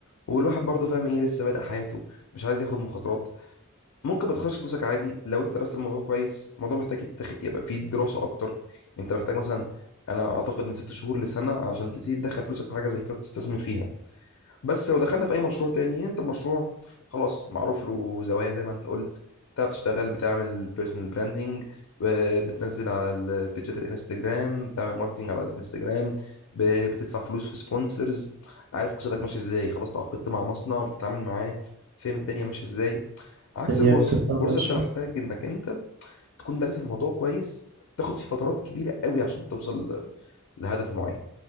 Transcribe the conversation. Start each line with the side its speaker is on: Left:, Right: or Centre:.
Left: والواحد برضو فاهم ايه لسه بادئ حياته مش عايز ياخد مخاطرات ممكن ما تخسرش فلوسك عادي لو انت درست الموضوع كويس الموضوع محتاج يتخ... يبقى فيه دراسه اكتر انت محتاج مثلا انا اعتقد من ست شهور لسنه علشان تبتدي تدخل فلوسك في حاجه زي كده وتستثمر فيها بس لو دخلنا في اي مشروع تاني يعني انت المشروع خلاص معروف له زوايا زي ما انت قلت انت بتشتغل بتعمل بيرسونال براندنج بتنزل على البيجات الانستجرام بتعمل ماركتنج على الانستجرام ب- بتدفع فلوس في سبونسرز عارف قصتك ماشيه ازاي خلاص تعاقدت مع مصنع بتتعامل معاه فاهم الدنيا ماشيه ازاي عكس
Right: الدنيا
Left: البورصه
Right: بتبقى
Left: البورصه
Right: ماشية
Left: انت محتاج انك انت تكون دارس الموضوع كويس تاخد فيه فترات كبيره قوي عشان توصل لهدف معين